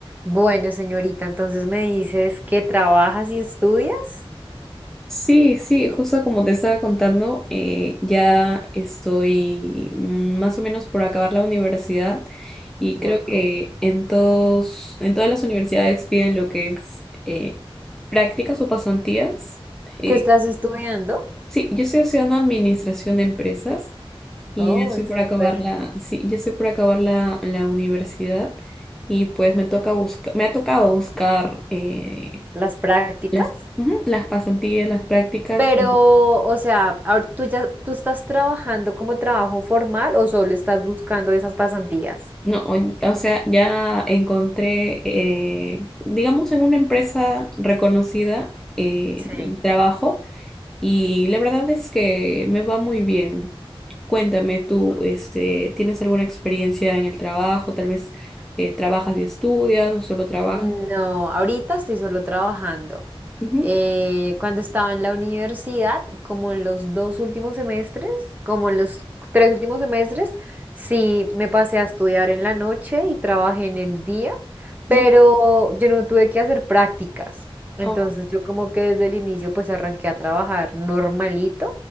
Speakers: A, on the right (about 15°); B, in the centre.
A: Bueno, señorita, entonces me dices que trabajas y estudias.
B: Sí, sí, justo como te estaba contando, eh, ya estoy mm, más o menos por acabar la universidad y
A: Wow.
B: creo que en todos, en todas las universidades piden lo que es eh, prácticas o pasantías. Eh,
A: ¿Qué estás estudiando?
B: sí, yo estoy haciendo administración de empresas y
A: Oh,
B: ya estoy
A: es
B: por
A: súper.
B: acabar la, sí, ya estoy por acabar la, la universidad y pues me toca buscar, me ha tocado buscar eh,
A: Las prácticas.
B: las, ujú, las pasantías, las prácticas.
A: Pero, o sea, ahor- ¿tú ya tú estás trabajando como trabajo formal o solo estás buscando esas pasantías?
B: No, o, o sea, ya encontré, eh, digamos, en una empresa reconocida eh,
A: Sí.
B: el trabajo y la verdad es que me va muy bien. Cuéntame tú, este, ¿tienes alguna experiencia en el trabajo? Tal vez eh, trabajas y estudias o solo trabajas.
A: No, ahorita estoy solo trabajando.
B: Ujú,
A: Eh, cuando estaba en la universidad, como en los dos últimos semestres, como en los tres últimos semestres, sí me pasé a estudiar en la noche y trabajé en el día,
B: ¿no?
A: pero yo no tuve que hacer prácticas. Entonces
B: Oh,
A: yo como que desde el inicio pues arranqué a trabajar normalito